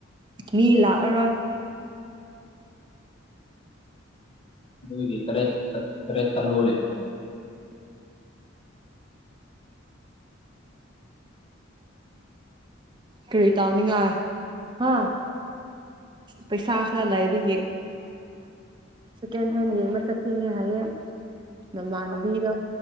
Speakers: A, on the right; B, on the left.
A: ꯃꯤ ꯂꯥꯛꯑꯔꯣꯏ
B: ꯑꯗꯨꯒꯤ ꯇꯔꯦꯠꯇ ꯇꯔꯦꯠꯇ ꯂꯣꯜꯂꯤꯅꯤ
A: ꯀꯔꯤ ꯇꯧꯅꯤꯡꯉꯥꯏ ꯍꯥ ꯄꯩꯁꯥ ꯈꯔ ꯂꯩꯕꯒꯤ ꯁꯦꯀꯦꯟ ꯍꯦꯟ ꯌꯦꯡꯕ ꯆꯠꯅꯤꯡꯉꯦ ꯍꯥꯏꯌꯦ ꯅꯃꯥꯟꯅꯕꯤꯗꯣ